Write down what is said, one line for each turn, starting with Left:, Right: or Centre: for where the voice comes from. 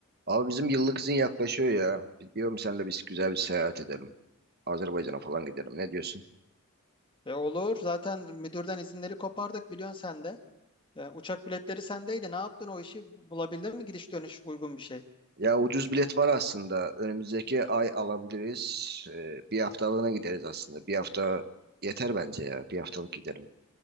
Right: Abi bizim yıllık izin yaklaşıyor ya. Bi- Diyorum senle biz güzel bir seyahat edelim. Azerbaycan'a falan gidelim. Ne diyorsun?
Left: E olur. Zaten müdürden izinleri kopardık biliyorsun sen de. E, uçak biletleri sendeydi. Ne yaptın o işi? Bulabildin mi gidiş dönüş uygun bir şey?
Right: Ya ucuz bilet var aslında. Önümüzdeki ay alabiliriz. Ee, bir haftalığına gideriz aslında. Bir hafta yeter bence ya. Bir haftalık gidelim.